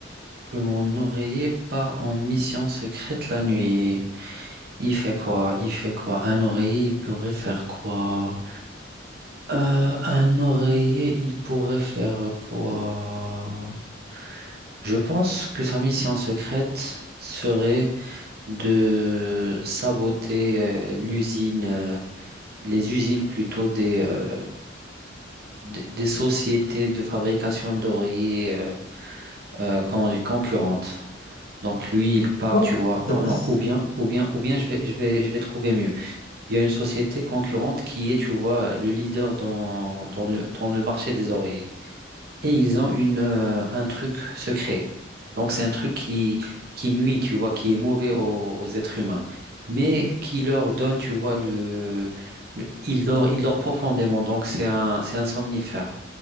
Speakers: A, on the right; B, on the left.
A: Que mon oreiller part en mission secrète la nuit. Il fait quoi? Il fait quoi? Un oreiller, il pourrait faire quoi? Euh, un oreiller, il pourrait faire quoi? Je pense que sa mission secrète serait de saboter euh, l'usine, euh, les usines plutôt des. euh, des des sociétés de fabrication d'oreillers euh, euh, comment dire, concurrentes. Donc lui, il part,
B: Bon,
A: tu vois. Non,
B: c'est-
A: non,
B: c'est-
A: ou bien, ou bien, ou bien je vais, je vais, je vais trouver mieux. Il y a une société concurrente qui est, tu vois, le leader dans, dans le, dans le marché des oreillers. Et ils ont une, euh, un truc secret. Donc c'est un truc qui, qui nuit, tu vois, qui est mauvais aux, aux êtres humains. Mais qui leur donne, tu vois, le, le- il dort, il dort profondément. Donc c'est un, c'est un somnifère.